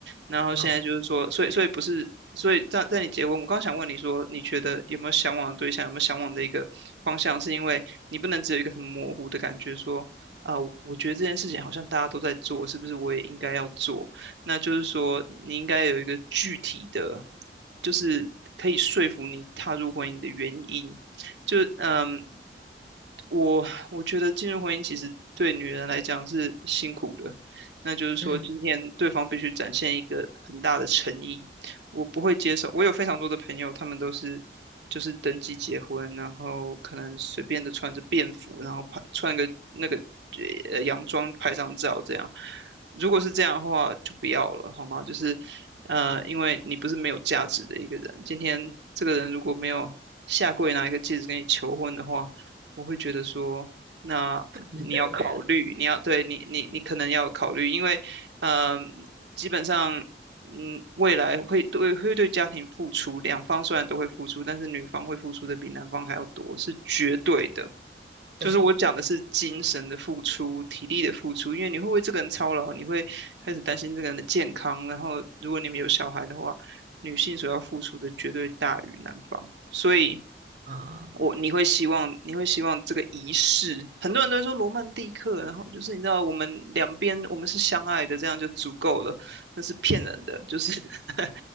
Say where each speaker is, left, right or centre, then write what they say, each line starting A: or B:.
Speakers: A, on the right; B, on the right.
A: 然后现在就是说，
B: 哦，
A: 所以所以不是，所以在在你结婚，我刚想问你说，你觉得有没有向往的对象，有没有向往的一个方向，是因为你不能只有一个很模糊的感觉说，啊、我觉得这件事情好像大家都在做，是不是我也应该要做？那就是说，你应该有一个具体的，就是可以说服你踏入婚姻的原因。就嗯我我觉得进入婚姻其实对女人来讲是辛苦的，那就是说今天对方必须展现一个很大的诚意，
B: 嗯，
A: 我不会接受。我有非常多的朋友，他们都是就是登记结婚，然后可能随便的穿着便服，然后拍穿个那个呃洋装拍张照这样。如果是这样的话，就不要了，好吗？就是呃，因为你不是没有价值的一个人，今天这个人如果没有下跪拿一个戒指跟你求婚的话。我会觉得说，那你要考虑，
B: 不值得这样，
A: 你要对你你你可能要考虑，因为嗯、呃基本上嗯，未来会对会对家庭付出，两方虽然都会付出，但是女方会付出的比男方还要多，是绝对的。
B: 对
A: 就是我讲的是精神的付出、体力的付出，因为你会为这个人操劳，你会开始担心这个人的健康，然后如果你们有小孩的话，女性所要付出的绝对大于男方，所以。
B: 啊，
A: 我你会希望你会希望这个仪式，很多人都会说罗曼蒂克，然后就是你知道我们两边我们是相爱的，这样就足够了，那是骗人的，就是 <laughs>